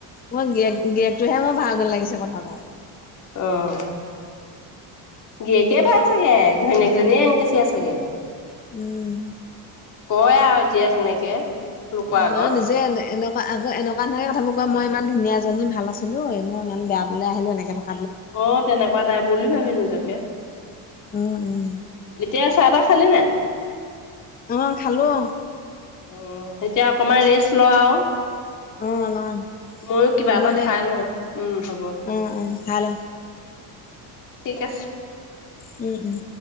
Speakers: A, on the left; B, on the left.
A: মই গি গিৰেকটোহে মোৰ ভালাল লাগিছে কথাবোৰ।
B: আহ গিৰীয়ে কে ভাল চাগে ঘনীক এংকেচিয়া চাগে।
A: উম
B: কয় এতিয়া তেনেকে লোকৰ আগত
A: বান নিজে এনেকুৱা আগ এনেকুৱা নহাইে কথা মোৰ। মই ইমান ধুনীয়াজনী ভাল আছিলো এই মই ইমান বেয়া তোলে আহিলো এনেকে থাকো
B: অ, তেনেকুৱা তাই বুলি ভাবে নিজকে।
A: উম, উম,
B: এতিয়া চাহ তাহ খালি নাই।
A: অ', খালো
B: অ' এতিয়া অকণমান ৰেষ্ট লোৱা আৰু
A: অ' অ'।
B: ময়ো কিবা
A: হ'ব
B: এটা
A: দে
B: খাই লওঁ উম হব
A: উম উম ভাল
B: ঠিক আছে
A: উম - উম।